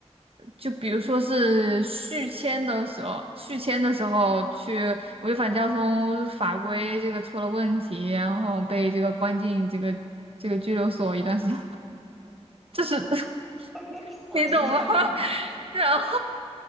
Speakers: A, on the right; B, in the centre.
A: 就比如说是续签的时候，续签的时候去违反交通法规，这个出了问题，然后被这个关进这个这个拘留所一段时间。就是 <laughs>
B: <laughs> 好精彩啊！
A: 你懂吗？<laughs> 然后